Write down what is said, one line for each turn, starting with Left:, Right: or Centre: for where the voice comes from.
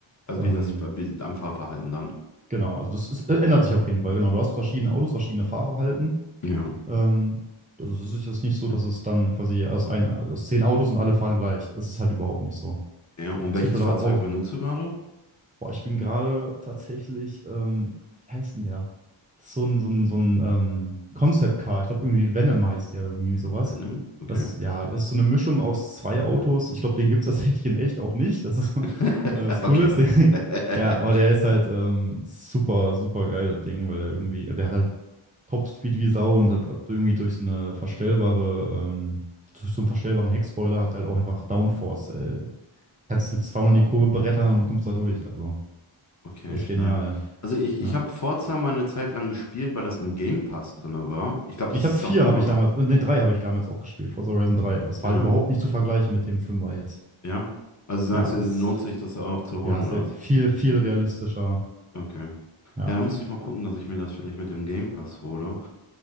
Left: also
Right: ähm,
Left: wie das wie am Fahrverhalten dann?
Right: genau, also das ist, äh, ändert sich auf jeden Fall, genau. Du hast verschiedene Autos, verschiedene Fahrverhalten.
Left: Ja.
Right: Ähm, also das ist jetzt nicht so, dass es dann quasi aus, ein, aus zehn Autos und alle fahren gleich. Das ist halt überhaupt nicht so.
Left: Ja, und welches
Right: Es gibt halt
Left: Fahrzeug
Right: auch
Left: benutzt du gerade?
Right: Boah, ich bin gerade tatsächlich, ähm, wie heißt denn der? So ein, so ein, so ein ähm, Concept Car. Ich glaube, irgendwie Venom heißt der oder irgendwie sowas.
Left: Venom? Okay.
Right: Das, ja, ist so eine Mischung aus zwei Autos. Ich glaube, den gibt es <laughs> tatsächlich in echt auch nicht. Das ist <laughs> äh,
Left: <laughs>
Right: das Coole
Left: Okay,
Right: ist
Left: das.
Right: <laughs> der
Left: <laughs>
Right: ja, aber der ist halt ähm, super, super geil, das Ding, weil der irgendwie, der hat halt Topspeed wie Sau und halt irgendwie durch so eine verstellbare, ähm, durch so einen verstellbaren Heckspoiler hat er halt auch einfach Downforce. Äh, kannst mit 200 in die Kurve brettern und kommst da durch. Also.
Left: Okay,
Right: Echt
Left: stark.
Right: genial.
Left: Also ich,
Right: Ja.
Left: ich habe Forza mal eine Zeit lang gespielt, weil das im Game Pass drin war. Ich glaube,
Right: Ich
Left: das
Right: habe
Left: ist
Right: vier,
Left: auch immer
Right: habe ich
Left: noch.
Right: damals, äh, nee, drei habe ich damals auch gespielt, Forza Horizon 3, aber es
Left: Ja,
Right: war halt überhaupt nicht zu vergleichen mit dem Fünfer jetzt.
Left: ja. Also sagst
Right: Ja,
Left: du,
Right: es,
Left: lohnt sich das auch zu holen,
Right: ja, es
Left: oder
Right: ist halt
Left: was?
Right: viel, viel realistischer.
Left: Okay.
Right: Ja,
Left: Ja, da muss ich mal gucken, dass ich mir das vielleicht mit dem Game Pass hole.